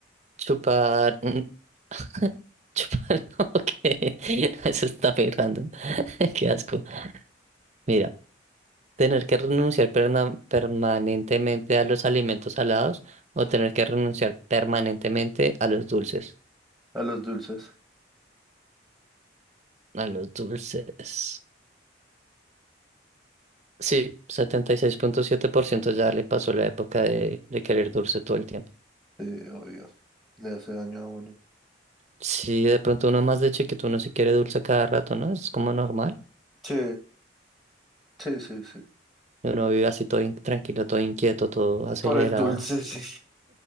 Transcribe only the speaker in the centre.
A los dulces,
sí, obvio. Le hace daño a uno.
Sí, sí, sí, sí.
Por el dulce, sí.